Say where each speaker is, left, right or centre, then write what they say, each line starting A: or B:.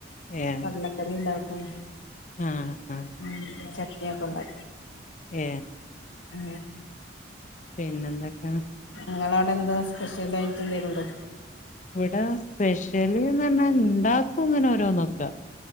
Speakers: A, on the left; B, on the left.
A: ഏഹ്
B: കട്ലക്കറി ണ്ടാക്കും
A: ആഹ് ആഹ്
B: ഉം ചട്ട്ണിയൊക്കെണ്ടാ
A: ഏ
B: ഏ
A: പിന്നന്തെക്കേണ്
B: ഇങ്ങളോടെന്താ സ്പെഷ്യലായിറ്റ് എന്തേലുണ്ടോ
A: വ്വടെ സ്പെഷ്യല് ന്നർഞ്ഞാ ണ്ടാക്കു ങ്ങനെ ഓരോന്നോക്ക